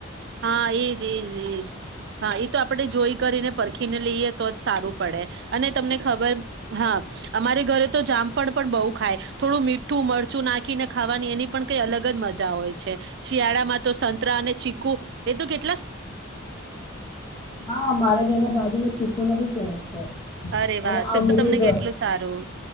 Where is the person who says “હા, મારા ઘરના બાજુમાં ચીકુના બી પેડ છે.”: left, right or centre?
Left